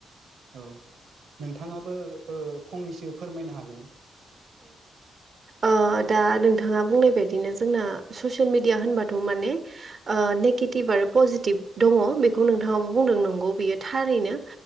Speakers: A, on the right; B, on the right.
A: औ नोंथाङाबो फंनैसो फोरमायनो हागोन।
B: अ दा नोंथाङा बुंनाय बायदिनो जोंना ससियेल मिडिया होनबाथ' माने ओ नेगेटिभ आरो पजिटिभ दङ बेखौ नोंथाङाबो बुंदों नंगौ बियो थारैनो।